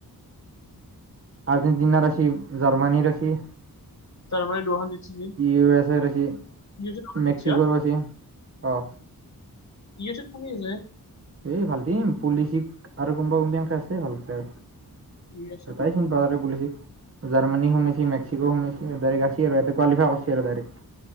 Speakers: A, on the right (about 40°); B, on the left (about 50°).
A: আৰ্জেণ্টিনাৰ আছি জাৰ্মানীৰ আছি ই
B: জাৰ্মানী দুখন জিতছি ইউ
A: ইও ৰেছৰ আহি
B: এছ এ দুখন জিতছি
A: মেক্সিকোৰ
B: হা
A: মেচি অ
B: ইও এচত কোনে আছে?
A: এই ভাল টিম, পোলিচিক আৰু কোনোবা কোনবি এনেকে আছে ভাল প্লেয়াৰ
B: ইউ এছ এত
A: এটাই চোন <unintelligible> জাৰ্মানী সোমেছি মেক্সিকো সোমেইছি, ডাইৰেক্ট ৰাছি আৰু ইয়াতে কোৱালিফাই কৰছি আৰু ডাইৰেক্ট